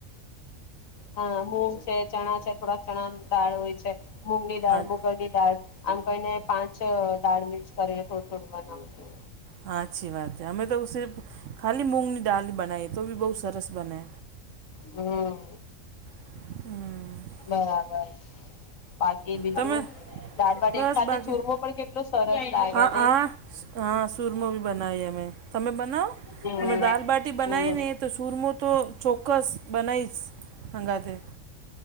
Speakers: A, on the left; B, on the right.
A: હા મૂગ છે ચણા છે થોડાક ચણા દાળ હોય છે. મૂગની દાળ
B: હા
A: મુગરની દાળ આમ કરી ને પાંચ દાળ ની જ કરીને થોડું થોડું બનાવુ છું.
B: હા અચ્છી વાત હે અમે તો સીર્ફ ખાલી મૂગ ની દાળ બનાઈએ તો બી બહુ સરસ બને
A: હમ્મ.
B: હમ્મ.
A: બરાબર બાકી બીજું
B: તમે
A: દાડ બાટી
B: બસ
A: સાથે
B: બાકી
A: ચૂરમો પણ કેટ કેટલું સરસ લાગે
B: હા
A: નઈ
B: હ હા સુરમો બી બનાવી અમે તમે બનાવો
A: હમ
B: અમે દાલબાટી બનાવી
A: હમ
B: ને તો સુરમો તો ચોક્કસ બનાવીશ હગાથે